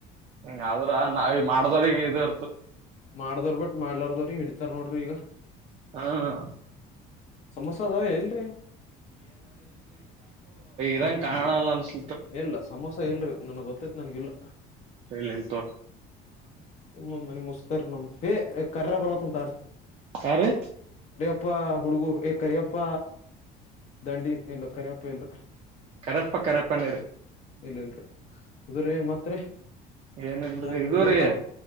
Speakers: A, on the right; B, on the left.
A: ಹಂಗ ಆದ್ರ ನಾವ ಮಾಡ್ದವ್ರಗ ಇದರ
B: ಮಾಡ್ದವರ್ ಬಿಟ ಮಾಡ್ಲಾರ್ದ ಹಿಡಿತಾರ ನೋಡ್ರಿ ಈಗ
A: ಹ್ಮ್
B: ಸಮೋಸ ಅದಾವ ಹೇಳಲ್ರಿ
A: ಇ ಕಾಣಲ್ಲ ಅನಸುತ್ತೆ
B: ಎಲ್ಲ ಸಮೋಸ ಇಲ್ಲ ರಿ ನನಗ ಗೊತ್ತೈತ ಇಲ್ಲ
A: ಇಲ್ಲ ಎಂತ
B: ಹ ಮನ ಮುಸ್ತಾರ ನಮ್ದ ಕರ್ರ ಬರೋತ ಉಂತಾಡ್ರಿ
A: ಯಾರ್ರೀ
B: ಅಪ್ಪ ಹುಡುಗೂರು ಕರಿಯಪ್ಪ ದಂಡಿ ಎಲ್ಲ ಕರಿಯಪ್ಪ ಇಲ್ಲ
A: ಕರೆಪ್ಪ ಕರೆಪ್ಪನೇರಿ
B: ಇಲ್ಲಿ ಇಲ್ರೀ ರೀ ಮತ್ರಿ
A: ಏನಲ್ರರಿ
B: ಮೂತ್
A: ಇದು
B: ಮೂತಪ್ಪ
A: ರಿ